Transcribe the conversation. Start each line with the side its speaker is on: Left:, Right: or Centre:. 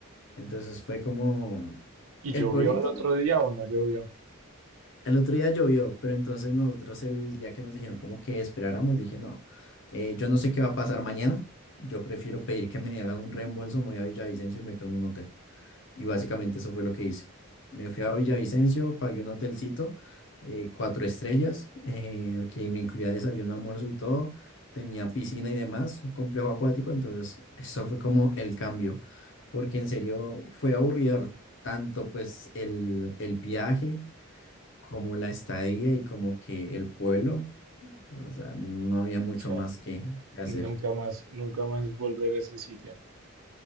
Left: Entonces fue como,
Right: ¿Y
Left: el
Right: llovió
Left: pueblito
Right: al otro día o no llovió? O
Left: El otro día llovió, pero entonces nosotros el día que nos dijeron como que esperáramos, dije, no, eh, yo no sé qué va a pasar mañana, yo prefiero pedir que me hagan un reembolso, me voy a Villavicencio y me quedo en un hotel. Y básicamente eso fue lo que hice. Me fui a Villavicencio, pagué un hotelcito, eh, cuatro estrellas, eh, que me incluía desayuno, almuerzo y todo, tenía piscina y demás, un complejo acuático, entonces eso fue como el cambio, porque en serio fue aburridor tanto pues el, el viaje como la estadía y como que el pueblo, o sea, no había mucho
Right: sea,
Left: más que hacer.
Right: nunca más, nunca más volver a ese sitio.